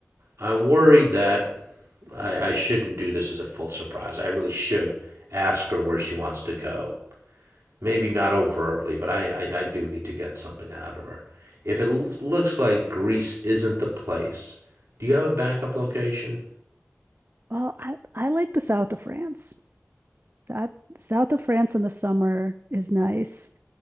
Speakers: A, on the right; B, on the right.
A: I'm worried that I, I shouldn't do this as a full surprise. I really should ask her where she wants to go. Maybe not overtly, but I, I, I do need to get something out of her. If it l- looks like Greece isn't the place, do you have a backup location?
B: Well, I I like the south of France. that south of France in the summer is nice.